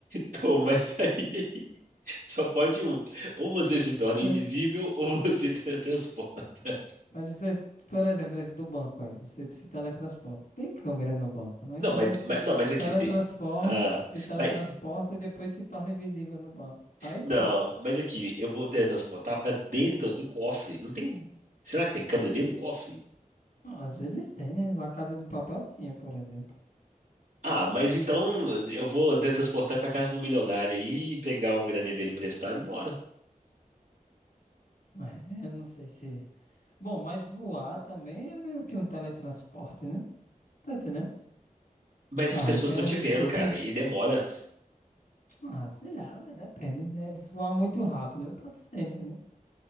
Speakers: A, on the right; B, on the left.
A: toma isso aí. <laughs> Só pode um. Ou você se torna
B: Tá
A: invisível
B: ent-
A: ou você <laughs> teletransporta.
B: Mas você, por exemplo, esse do banco aí, você se teletransporta. Tem câmera no banco, né?
A: Não,
B: Então
A: mas,
B: você
A: mas-
B: se
A: não, mas aqui.
B: teletransforma,
A: de- Ah,
B: se teletransporta
A: mas,
B: e depois se torna invisível no banco. Aí
A: Não,
B: pronto.
A: mas aqui, eu vou teletransportar pra dentro do cofre. Não tem. Será que tem câmera dentro do cofre?
B: Não, Às vezes tem, né? Lá Casa de Papel tinha, por exemplo.
A: Ah, mas então eu vou teletransportar pra casa do milionário e pegar uma graninha dele emprestada e ir embora.
B: É, eu não sei se. Bom, mas voar também é meio que um teletransporte, né? Tá entendendo?
A: Mas
B: Tá,
A: as pessoas
B: eu quero
A: estão te vendo,
B: ir pro.
A: cara, e demora.
B: Ah, sei lá, velho, depende, né? Voar muito rápido, pode ser, entendeu?